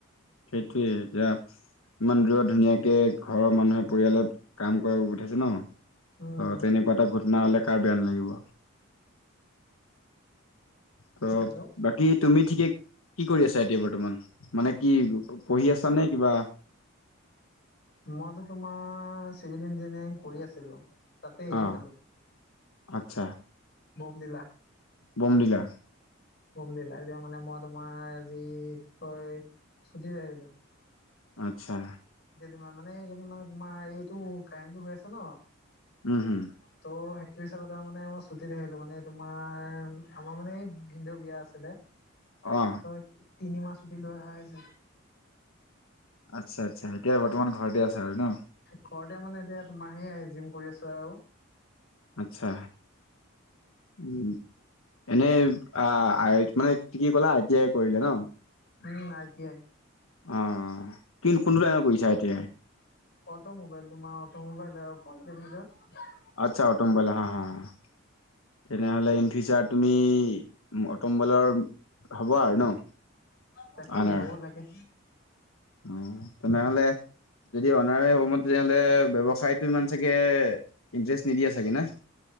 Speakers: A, on the left (about 75°); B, on the left (about 50°).
A: সেইটোৱেই। এতিয়া ইমান দূৰৰত ধুনীয়াকে ঘৰৰ মানুহে পৰিয়ালে কাম কৰাই পঠাইছে ন।
B: উম
A: ত'তেনেকুৱা এটা ঘটনা হ'লে কাৰ বেয়া নালাগিব। ত'বাকী
B: হেল্ল'
A: তুমি ঠিকে, কি কৰি আছা এতিয়া বৰ্তমান? মানে কি পঢ়ি আছা নে? কিবা
B: মইতো তোমাৰ চিভিল ইঞ্জিনিয়াৰিং কৰি আছিলো। তাতে সেইফালে
A: আহ, আচ্ছা।
B: বমদিলা।
A: বমদিলা।
B: হুম দিল্লা এতিয়া মানে মই তোমাৰ আজি কি কয় ছুটিত আহিলো।
A: আচ্ছা।
B: ইমান মানে এইকেইদিন মানে তোমাৰ এইটো কাৰেণ্টো হৈ আছে ন।
A: উম হম
B: ত' এইছেগতে আও মানে মই ছুটীত আহিলোঁ মানে, তোমাৰ আমাৰ মানে, এই ভিনদেউ বিয়া আছিলে
A: অ
B: ত' তিনি মাহ ছুটি লৈ অহা হৈছে।
A: আচ্ছা, আচ্ছা এতিয়া বৰ্তমান ঘৰতে আছে আৰু ন?
B: ঘৰতে মানে, এতিয়া তোমা সেয়া জিম কৰি আছো আৰু।
A: আচ্ছা, উম, এনেই আ-আইত মানে কি কি কলা, আইতিয়াই কৰিলে ন?
B: উম, আইতিয়াই।
A: অ', কি কোনটো লাইনত পঢ়িছা এতিয়া?
B: অ'টমোবাইল, তোমাৰ অ'টমোবাইল আৰু ফোন ডেমিজৰ।
A: আচ্ছা, অ'টমোবাইল হা, হা, হা। তেনেহলে ইন ফিউচাৰট তুমি অ'টমোবাইলৰ হ'ব আৰু ন?
B: তাকেই
A: অনাৰ
B: হ'ব লাগে।
A: অ', তেনেহ'লে যদি অনাৰে হ'ব মন, তেতিয়া হ'লে ব্যৱসায়ত ইমান চাগে ইণ্টাৰেষ্ট নিদিয়ে চাগে না? <inaudible>